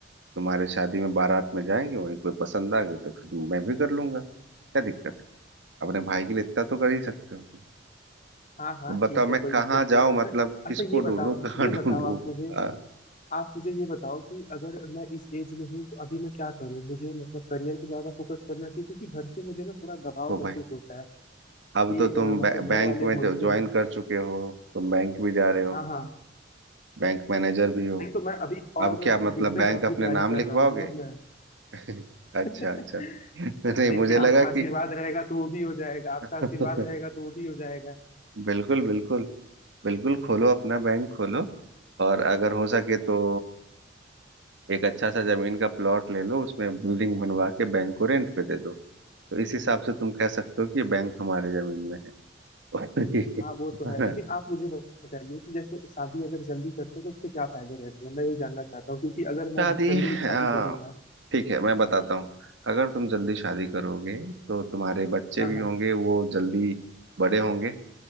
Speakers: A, on the right; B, on the left.
A: तुम्हारे शादी में बारात में जाएंगे वहीं कोई पसंद आ गई तो फिर मैं भी कर लूंगा क्या दिक्कत है? अपने भाई के लिए इतना तो कर ही सकते हो तुम
B: हाँ हाँ
A: अब
B: ठीक
A: बताओ मैं
B: है कोई
A: कहाँ
B: दिक्कत नहीं
A: जाऊं
B: है
A: मतलब
B: अच्छा अच्छा
A: किसको
B: ये बताओ
A: ढूंढूं <laughs> कहाँ
B: ये
A: ढूंढूं
B: बताओ आप मुझे
A: आ,
B: आप मुझे ये बताओ कि अगर मैं इस एज में हूँ तो अभी मैं क्या करूँ मुझे मतलब करियर पे ज्यादा फोकस करना चाहिए क्योंकि घर से मुझे ना थोड़ा दबाव
A: को भाई
B: महसूस होता है कि
A: अब तो
B: अ,
A: तुम
B: मतलब
A: बै, बैंक
B: घर वाले
A: में
B: बोलते
A: ज्वाइन
B: हैं
A: कर चुके हो तुम बैंक भी जा रहे हो
B: हाँ हाँ
A: बैंक मैनेजर भी हो
B: नहीं तो मैं अभी और
A: अब क्या मतलब
B: दूसरे
A: बैंक
B: जॉब
A: अपने
B: की तैयारी
A: नाम
B: कर
A: लिखवाओगे
B: रहा हूँ ना अब
A: <laughs>
B: मैं
A: अच्छा
B: <laughs>
A: अच्छा <laughs> नहीं
B: देखिए
A: मुझे लगा
B: आपका
A: कि
B: आशीर्वाद रहेगा तो वो भी हो जाएगा आपका
A: <laughs>
B: आशीर्वाद रहेगा तो वो भी हो जाएगा
A: बिल्कुल बिल्कुल बिल्कुल खोलो अपना बैंक खोलो और अगर हो सके तो एक अच्छा सा जमीन का प्लॉट ले लो उसमें बिल्डिंग बनवा के बैंक को रेंट पे दे दो तो इस हिसाब से तुम कह सकते हो कि बैंक हमारे जमीन में है <laughs>
B: हाँ वो तो
A: है
B: है
A: ना?
B: लेकिन आप मुझे बताइए कि जैसे शादी अगर जल्दी करते हैं तो उसके क्या फायदे रहते हैं मैं ये जानना चाहता हूँ क्योंकि अगर
A: शादी
B: मैं जल्दी
A: आ,
B: शादी करूंगा
A: ठीक है मैं बताता हूँ अगर तुम जल्दी शादी करोगे तो तुम्हारे बच्चे
B: हाँ
A: भी
B: हाँ
A: होंगे वो जल्दी बड़े होंगे